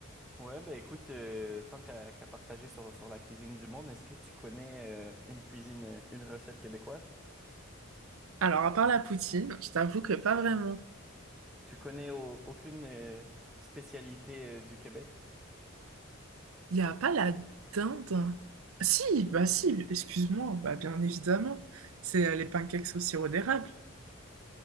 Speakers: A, in the centre; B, on the right (about 75°).
A: Ouais, ben écoute, euh, tant qu'à qu'à partager sur, sur la cuisine du monde, est-ce que tu connais euh, une cuisine, euh, une recette québécoise?
B: Alors, à part la poutine, je t'avoue que pas vraiment.
A: Tu connais au- aucune euh, spécialité euh, du Québec?
B: Il n'y a pas la dinde. Si, bah si, excuse-moi. Bah bien évidemment. C'est euh, les pancakes au sirop d'érable.